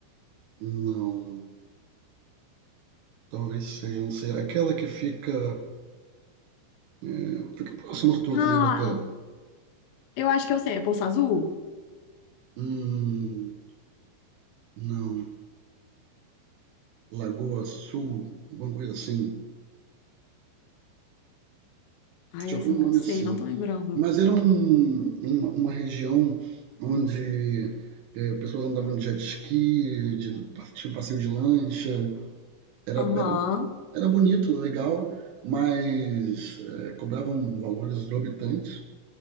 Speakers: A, on the right; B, on the left.
A: Não. Talvez seja, não sei. Aquela que fica. eh, fica próximo à Torre
B: Ah,
A: de Hotel.
B: eu acho que eu sei. É Poço Azul?
A: Hum, não. Lagoa Sul, alguma coisa assim.
B: Ah,
A: Tinha
B: esse
A: algum
B: eu não
A: nome
B: sei,
A: assim.
B: não tô lembrando.
A: Mas era um, uma, uma região onde eh, pessoas andavam de jet ski, de, tinha um passeio de lancha. Era,
B: Aham,
A: era, era bonito, legal, mas eh, cobravam valores exorbitantes.